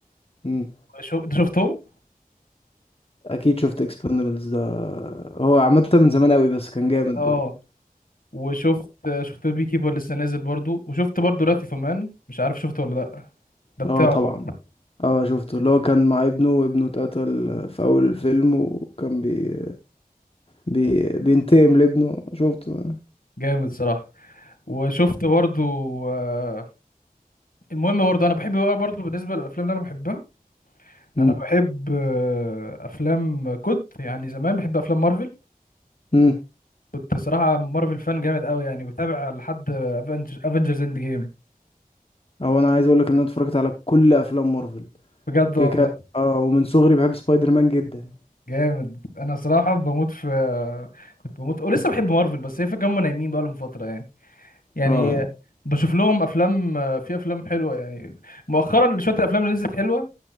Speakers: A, on the left (about 40°); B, on the left (about 65°).
A: إيه؟
B: شو... انت شفتهم
A: اكيد شفت اكسبندبلز ده هو عامه من زمان قوي بس كان جامد
B: اه
A: برضه
B: وشفت شفت البي كيبر لسه نازل برضو وشفت برضو رات اوف مان مش عارف شفته ولا لا ده بتاعه
A: اه طبعا
B: برضو.
A: اه شفته اللي هو كان مع ابنه وابنه اتقتل في اول الفيلم وكان بي... بي... بينتقم لابنه شفته
B: جامد صراحة وشفت برضو آه، المهم برضو انا بحب بقى برضو بالنسبة للافلام اللي انا بحبها
A: امم
B: انا بحب آه، افلام كنت يعني زمان بحب افلام مارفل
A: امم
B: كنت صراحة مارفل فان جامد قوي يعني بتابع لحد افنجرز اند جيم
A: هو انا عايز اقول لك ان انا اتفرجت على كل افلام مارفل
B: بجد
A: كده
B: والله
A: كده اه ومن صغري بحب سبايدر مان جدا
B: جامد انا صراحه بموت في كنت بموت ولسه بحب مارفل بس هي فكره هم نايمين بقى لهم فتره يعني يعني
A: اه
B: بشوف لهم افلام في افلام حلوه يعني مؤخرا شويه الافلام اللي نزلت حلوه